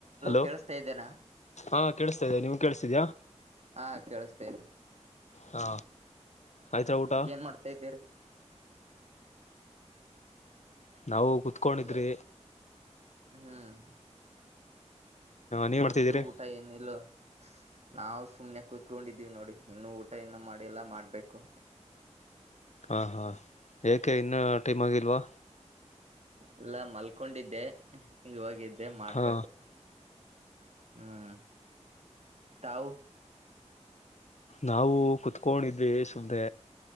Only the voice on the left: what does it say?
ಹಲೋ
ಹಾ ಕೇಳಿಸ್ತಾ ಇದೇ ನೀಮ್ ಕೇಳಿಸತಿದ್ಯಾ.
ಹಾ ಆಯ್ತಾ ಊಟ
ನಾವು ಕುೂತ್ಕೊಂಡಿದ್ರಿ
ನೀವ್
ಮಾಡ್ತಿದ್ದೀರಿ
ಹಾಂ ಹಾಂ ಏಕೆ ಇನ್ನೂ ಟೈಮ ಆಗಲ್ವಾ
ಹಾ
ನಾವು ಕುತ್ಕೊಂಡಿದ್ವಿ ಸುಮ್ದೆ.